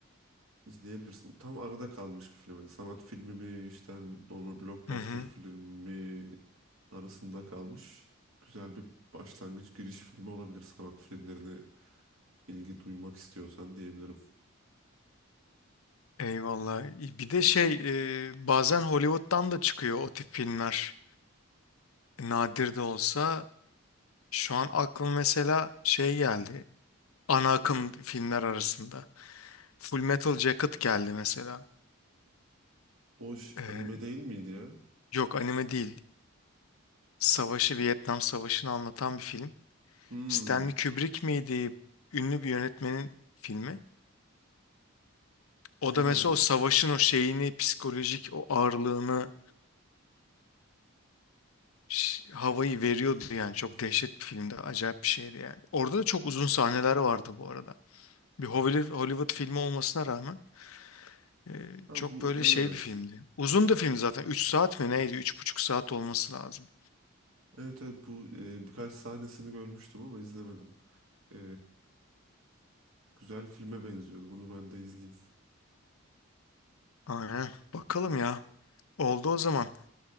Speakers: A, on the right; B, on the left.
A: izleyebilirsin. Tam arada kalmış bir film. Yani sanat filmi mi işte hani normal blockbuster
B: Hı hı.
A: filmi arasında kalmış. Güzel bir başlangıç giriş filmi olabilir sanat filmlerine ilgi duymak istiyorsan diyebilirim.
B: Eyvallah. Bir de şey e, bazen Hollywood'dan da çıkıyor o tip filmler. e, Nadir de olsa şu an aklım mesela şey geldi. Ana akım filmler arasında. Full Metal Jacket geldi mesela.
A: O ş-
B: E,
A: anime değil miydi ya?
B: yok anime değil. Savaşı Vietnam Savaşı'nı anlatan bir film.
A: Hmm,
B: Stanley Kubrick miydi? Ünlü bir yönetmenin filmi. O
A: bilmiyorum.
B: da mesela o savaşın o şeyini, psikolojik o ağırlığını ş- havayı veriyordu yani. Çok dehşet bir filmdi. Acayip bir şeydi yani. Orada da çok uzun sahneler vardı bu arada. Bir Hollywood, Hollywood filmi olmasına rağmen e,
A: Ha
B: çok
A: bu
B: böyle
A: evet.
B: şey bir filmdi. Uzun da film zaten. üç saat mi neydi? üç buçuk saat olması lazım.
A: Evet evet bu e, birkaç sahnesini görmüştüm ama izlemedim. E, güzel filme benziyordu. Bunu ben de izleyeyim.
B: Aynen. Bakalım ya. Oldu o zaman.